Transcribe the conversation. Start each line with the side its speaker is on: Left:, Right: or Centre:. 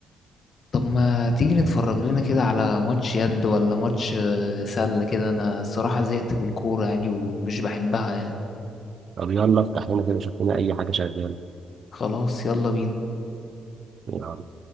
Left: طب ما تيجي نتفرج لنا كده على ماتش يد ولا ماتش آه، سلة كده انا الصراحة زهقت من الكورة يعني ومش بحبها يعني
Right: طب يلا افتح لنا كده شوف لنا أي حاجة شغالة
Left: خلاص يلا بينا
Right: يلا